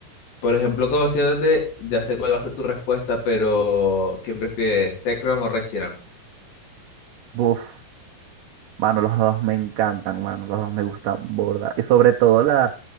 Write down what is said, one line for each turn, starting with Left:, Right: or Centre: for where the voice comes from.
Left: Por ejemplo, conociéndote, ya sé cuál va a ser tu respuesta, pero ¿quién prefiere, Zekrom o Reshiram?
Right: Buf, mano, los dos me encantan, mano, los dos me gustan borda. Y sobre todo la,